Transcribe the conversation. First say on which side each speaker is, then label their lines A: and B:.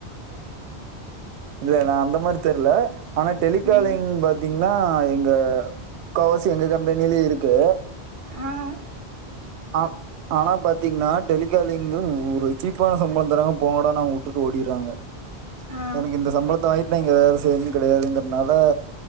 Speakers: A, on the right; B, on the right.
A: இல்ல நா அந்த மாரி தெர்ல ஆனா டெலிகாலிங்
B: ம்
A: பாத்தீங்னா எங்க க்காவாசி எங்க கம்பெனிலியே இருக்கு
B: ஆவ்
A: ஆம் ஆனா பாத்தீங்னா டெலிகாலிங்கு ஒரு சீப்பான சம்பளந் தராங்க போங்கடானு அவுங்க வுட்டுட்டு ஓடிர்றாங்க
B: ஆ
A: எனக்கு இந்த சம்பளத்த வாயிட் நா இங்க வேல செய்யினுன் கெடையாதுங்கறனால